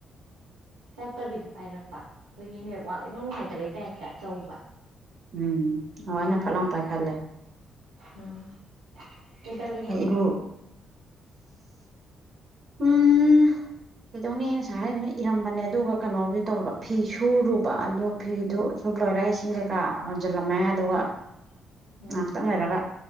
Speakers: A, on the right (about 80°); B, on the right (about 50°).
A: ꯆꯠꯇꯕꯤꯗ ꯄꯥꯏꯔꯛꯄ ꯑꯩꯈꯣꯏꯒꯤ ꯅꯦꯠꯋꯥꯛ ꯏꯅꯨꯡ ꯅꯨꯡꯉꯥꯏꯇꯕꯩ ꯇꯥꯏꯞꯇ ꯇꯧꯕ
B: ꯎꯝ ꯑꯃꯥꯏꯅ
A: ꯑꯗꯨꯒꯤꯅꯤꯗ
B: ꯐꯠ ꯂꯥꯎ ꯄꯥꯏꯈꯠꯂꯦ
A: ꯎꯝ ꯀꯩꯗꯧꯔꯤꯅꯣ
B: ꯑꯩ ꯏꯔꯨ ꯎꯝ ꯀꯩꯗꯧꯅꯤ ꯑꯩꯅ ꯉꯁꯥꯏ ꯏꯔꯝꯕꯅꯦ ꯑꯗꯨꯒ ꯀꯩꯅꯣꯕꯨꯗꯤ ꯇꯧꯔꯝꯕ ꯐꯤ ꯁꯨꯔꯨꯕ ꯑꯗꯣ ꯐꯤꯗꯣ ꯁꯨ ꯂꯣꯏꯔꯦ ꯏꯁꯤꯡ
A: ꯎꯝ
B: ꯀꯩꯀꯥ ꯍꯣꯟꯖꯜꯂꯝꯃꯦ ꯑꯗꯨꯒ
A: <inaudible> <inaudible> ꯎꯝ
B: ꯉꯥꯏꯍꯥꯛꯇꯪ ꯂꯩꯔꯒ